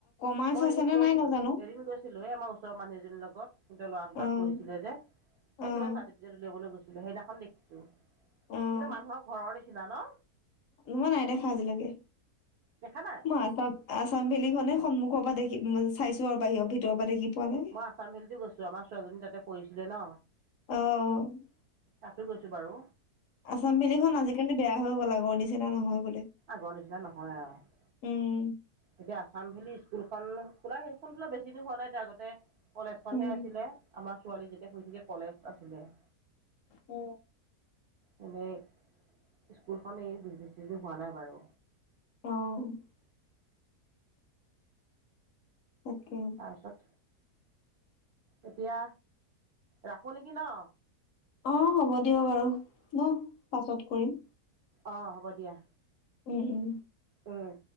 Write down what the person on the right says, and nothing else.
মই
এদিন গৈছিলো
এদিন গৈছিলো আমাৰ ওচৰৰ মানুহ এজনীৰ লগত কিন্তু ল'ৰা দুটাত
পঢ়িছিলে যে
এই কিবা চাৰ্টিফিকেট উলিয়াবলৈ গৈছিলে সেইদিনাখন দেখিছোঁ
কিন্তু মানুহৰ ঘৰৰ নিচিনা ন।
দেখা নাই
মই আছাম ফিল্ডো গৈছোঁ আমাৰ ছোৱালী তাতে পঢ়িছিলে ন।
তাতো গৈছোঁ বাৰু।
আগৰ নিচিনা নহয় আৰু।
এতিয়া আছাম ভেলী স্কুলখন খোলা সেইখনো বেছি দিন হোৱা নাই এতিয়া আগতে কলেজখনহে
আছিলে আমাৰ ছোৱালী যেতিয়া শুছিলাকে কলেজ আছিলে।
মানই স্কুলখনেই বেছিদিন হোৱা নাই বাৰু।
তা পাছত। এতিয়া ৰাখো নেকি ন।
অ', হ'ব দিয়া।
উম।